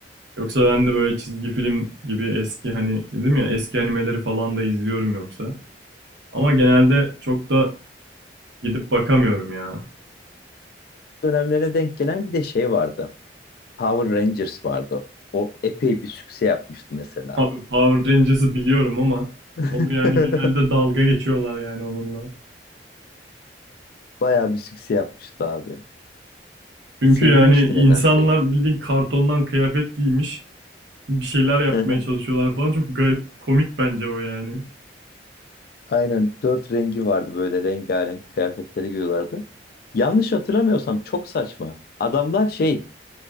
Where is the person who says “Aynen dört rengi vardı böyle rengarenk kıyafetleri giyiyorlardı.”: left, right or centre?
Left